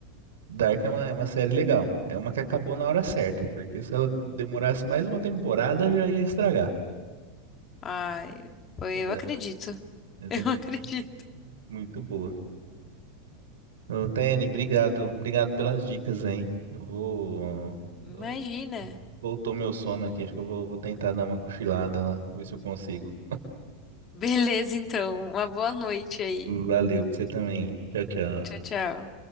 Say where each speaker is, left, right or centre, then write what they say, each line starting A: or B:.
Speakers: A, on the right; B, on the left.
A: Dark é uma, é uma série legal. É uma que acabou na hora certa, porque se ela demorasse mais uma temporada já ia estragar.
B: Ai, foi- eu
A: É,
B: acredito. <laughs>
A: mas
B: Eu
A: é muito
B: acredito.
A: muito boa. Ô, Tene, obrigado. Obrigado pelas dicas, hein? Eu vou.
B: Imagina.
A: ó, Voltou meu sono aqui. Acho que eu vou, vou tentar dar uma cochilada lá, ver se eu consigo.
B: Beleza, então. Uma boa noite aí.
A: Valeu pra você também. Tchau, tchau.
B: Tchau, tchau.